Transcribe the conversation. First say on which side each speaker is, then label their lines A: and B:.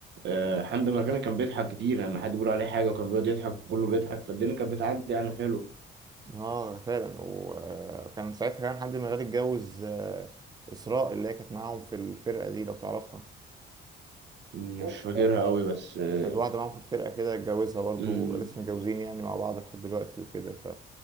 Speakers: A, on the right; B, on the right.
A: آه، حمدي مرغني كان بيضحك كتير يعني لما حد بيقول عليه حاجه وكان بيقعد يضحك كله بيضحك فالدنيا كانت بتعدي يعني حلو
B: اه فعلا وكان ساعتها كمان حد من الغني اتجوز آه، إسراء اللي هي كانت معاهم في الفرقة دي لو تعرفها
A: مش فاكرها قوي بس آه،
B: كانت واحدة معاهم في الفرقة كده اتجوزها برضو
A: مم.
B: لسه متجوزين يعني مع بعض لحد دلوقتي وكده ف